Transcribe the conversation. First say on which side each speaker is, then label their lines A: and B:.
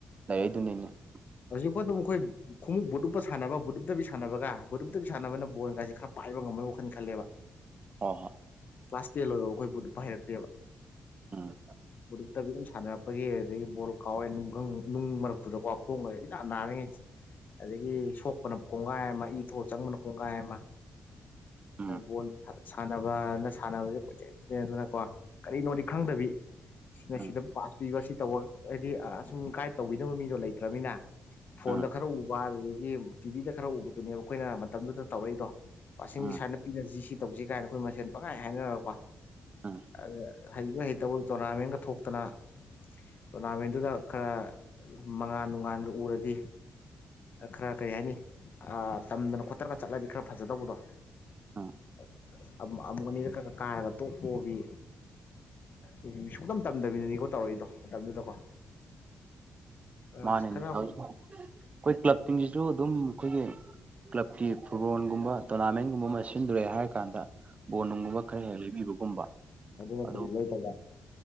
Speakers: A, on the right; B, on the left.
A: ꯂꯩꯔꯗꯨꯅꯤꯅꯦ ꯫
B: ꯍꯧꯖꯤꯛꯐꯥꯎ ꯑꯗꯨꯝ ꯑꯩꯈꯣꯏ ꯈꯣꯡꯎꯞ ꯕꯨꯣꯠꯨꯞꯄ ꯁꯥꯟꯅꯕ ꯕꯨꯠꯨꯞꯇꯕꯤ ꯁꯥꯟꯅꯕꯒ ꯕꯨꯗꯨꯨꯞꯇꯕꯤ ꯁꯥꯟꯅꯕꯅ ꯕꯣꯟꯜꯒꯁꯦ ꯈꯔ ꯄꯥꯏꯕ ꯉꯝꯃꯣꯏ ꯋꯥꯈꯜ ꯈꯜꯂꯦꯕ
A: ꯍ ꯍꯣ
B: ꯀ꯭ꯂꯥꯁ ꯇꯦꯟ ꯂꯣꯏꯔ ꯑꯩꯈꯣꯏ ꯕꯨꯄ ꯍꯩꯔꯛꯇꯦꯕ
A: ꯎꯝ
B: ꯕꯨꯛꯇꯕꯤ ꯑꯗꯨꯝ ꯁꯥꯟꯅꯔꯛꯄ ꯀꯄꯒꯤ ꯑꯗꯒꯤ ꯕꯣꯜ ꯀꯥꯎꯔꯦ ꯅꯨꯡꯪ ꯅꯨꯡ ꯃꯔꯛꯇꯨꯗꯀꯣ ꯈꯣꯡꯉꯦ ꯏ ꯅꯥꯔꯤꯉꯩ ꯑꯗꯒꯤ ꯁꯣꯛꯄꯅ ꯀꯣꯡꯒꯥꯏ ꯑꯃ ꯏ ꯊꯣꯛꯑ ꯆꯪꯕꯅ ꯀꯣꯡꯒꯥꯏ ꯑꯃ
A: ꯎꯝ
B: ꯕꯣꯜ ꯁꯥꯅ ꯁꯥꯟꯅꯕꯅ ꯁꯥꯟꯅꯕꯁꯦ ꯄꯨꯆꯦꯟ ꯆꯦꯟꯗꯅꯀꯣ ꯀꯔꯤꯅꯣꯗꯤ ꯈꯪꯗꯕꯤ ꯁꯤꯅ
A: ꯎꯝ
B: ꯁꯤꯗ ꯄꯥꯁ ꯄꯤꯕ ꯁꯤ ꯇꯧꯕ ꯍꯥꯏꯗꯤ ꯑꯁꯨꯝ ꯒꯥꯏꯠ ꯇꯧꯕꯤꯅꯕ ꯃꯤꯗꯣ ꯂꯩꯇ꯭ꯔꯅꯤꯅ ꯐꯣꯟꯗ
A: ꯎꯝ
B: ꯈꯔ ꯎꯕ ꯑꯗꯨꯗꯒꯤ ꯇꯤꯚꯤꯗ ꯈꯔ ꯎꯕꯗꯨꯅꯦꯕ ꯑꯩꯈꯣꯏꯅ ꯃꯇꯝꯗꯨꯗ ꯇꯧꯔꯛꯏꯗꯣ ꯁꯤꯡꯁ
A: ꯎꯝ
B: ꯁꯨꯃꯥꯏꯅ ꯄꯤꯅꯁꯤ ꯁꯤ ꯇꯧꯁꯤ ꯀꯥꯏꯅ ꯑꯩꯈꯣꯏ ꯃꯁꯦꯟ ꯄꯈꯥꯏ ꯍꯥꯏꯅꯔꯒꯀꯣ
A: ꯎꯝ
B: ꯑꯗ ꯍꯩꯕ ꯍꯩꯇꯕꯣꯏ ꯇꯣꯔꯅꯥꯃꯦꯟꯒ ꯊꯣꯛꯇꯅ ꯇꯣꯔꯅꯥꯃꯦꯟꯗꯨꯗ ꯈꯔ ꯃꯉꯥꯟꯜ ꯅꯨꯡꯉꯥꯟꯒ ꯎꯔꯗꯤ ꯈꯔ ꯀꯔꯤ ꯍꯥꯏꯅꯤ ꯇꯝꯗꯅ ꯈꯣꯠꯇꯅꯒ ꯆꯠꯂꯗꯤ ꯈꯔ ꯐꯖꯗꯧꯕꯗꯣ
A: ꯎꯝ
B: ꯫ ꯑꯃꯨꯛ ꯑꯅꯤꯗ ꯀꯥꯔꯒ ꯇꯣꯛꯄꯣꯕꯤ ꯑꯩ ꯃꯤ ꯁꯨꯡꯅꯝ ꯇꯝꯗꯕꯤꯅꯅꯤꯀꯣ ꯇꯧꯔꯛꯏꯗꯣ ꯃꯇꯝꯗꯨꯗꯀꯣ ꯑꯁ
A: ꯃꯥꯅꯦꯅꯦ
B: ꯈꯔ
A: ꯑꯩꯈꯣꯏ
B: ꯍꯣꯏ
A: ꯀ꯭ꯂꯕꯁꯤꯡꯁꯤꯁꯨ ꯑꯗꯨꯝ ꯑꯩꯈꯣꯏꯒꯤ ꯀ꯭ꯂꯕꯀꯤ ꯐꯨꯠꯕꯣꯜꯒꯨꯝꯕ ꯇꯣꯔꯅꯥꯃꯦꯟꯒꯨꯝꯕ ꯑꯃ ꯁꯤꯟꯗꯣꯔꯛꯑꯦ ꯍꯥꯏꯔ ꯀꯥꯟꯗ ꯕꯣꯅꯨꯡꯒꯨꯝꯕ ꯈꯔ ꯍꯦꯛ ꯂꯩꯕꯤꯕꯒꯨꯝꯕ
B: ꯅꯠꯇꯗꯤ
A: ꯑꯗꯨ
B: ꯂꯣꯏ ꯇꯧꯕ